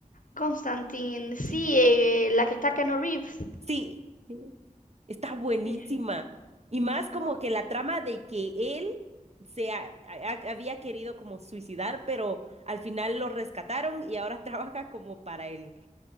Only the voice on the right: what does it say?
Sí,
sí, está buenísima.
Y más como que la trama de que él se ha- ha- había querido como suicidar, pero al final lo rescataron y ahora <laughs> trabaja como para el,